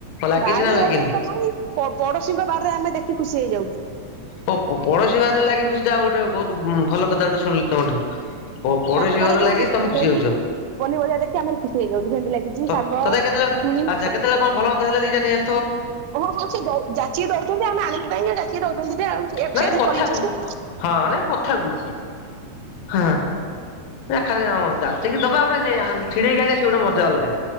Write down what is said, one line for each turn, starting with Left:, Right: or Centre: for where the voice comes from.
Left: ଲାଗିଛି
Right: ବାରିଘରେ
Left: ନା ଲାଗିନି?
Right: ତ ନାହିଁ, ପଡୋଶୀଙ୍କ ବାରିରେ ଆମେ ଦେଖି ଖୁସି ହେଇଯାଉଚୁ।
Left: ଓ ପଡୋଶୀ ବାରିରେ ଲାଗି ଖୁସି, ଆଉ ଗୋଟେ ବହୁତ ଭଲ କଥା ଗୋଟେ ଶୁଣିଲି ତମଠୁ। ପ -ପଡୋଶୀ
Right: ତାଙ୍କ ବାରିରେ
Left: ଘର
Right: ଯୋଉ
Left: ଲାଗିଛି ତମେ
Right: ଭେଣ୍ଡି
Left: ଖୁସି ହଉଛ।
Right: ପନିପରିବା ଦେଖି ଆମର ଖୁସି ହେଇଯାଉଛୁ। ଭେଣ୍ଡି ଲାଗିଛି,
Left: ତ
Right: ଶାଗ,
Left: ତଥାପି କେତେବେଳେ
Right: ପିଜୁଳି
Left: ଆଚ୍ଛା କେତେବେଳେ କଣ ଭଲ ମନ୍ଦ ହେଲେ ଦିଇଟା ନେଇଆ
Right: ହଁ- ହଁ ସେ ଦଉ ଯାଚି କି ଦଉଚନ୍ତି, ଆମେ ଆଣିବୁ କାଇଁକି କି ହେଇଟା। ସିଏ ଦଉଛନ୍ତି ଯେ ଆଉ, ସେଇଆ
Left: ନାଇଁ
Right: ସେଇଥିରେ
Left: କଥାକୁ
Right: ଚଳି ଯାଉଛୁ ଆଉ।
Left: ହଁ ନାଇଁ କଥାକୁ ହଁ ଖାଲି ଜାଚିକି ଦବା ଗୋଟେ ହା ଛିଡେଇକି ଆଣିବା, ସେ ଗୋଟେ ମଜା ଅଲଗା।